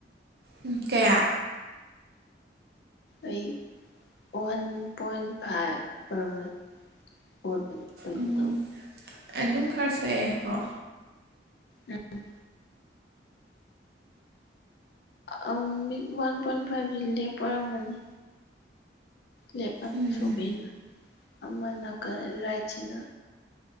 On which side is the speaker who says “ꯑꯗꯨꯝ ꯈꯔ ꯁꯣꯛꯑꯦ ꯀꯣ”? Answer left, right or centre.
Right